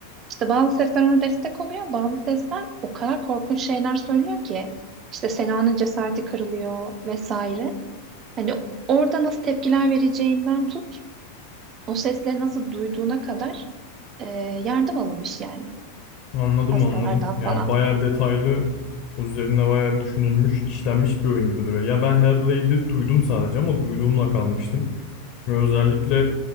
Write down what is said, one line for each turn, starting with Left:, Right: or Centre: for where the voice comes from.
Right: İşte bazı sesler ona destek oluyor. Bazı sesler o kadar korkunç şeyler söylüyor ki. işte Sena'nın cesareti kırılıyor vesaire. Hani orada nasıl tepkiler vereceğinden tut. O sesleri nasıl duyduğuna kadar e, yardım alınmış yani.
Left: Anladım
Right: Pastalardan
Left: anladım. Yani
Right: falan.
Left: bayağı detaylı üzerine bayağı düşünülmüş, işlenmiş bir oyun gibi duruyor. Ya ben Hellblade'i duydum sadece ama duyduğumla kalmıştım. Şimdi özellikle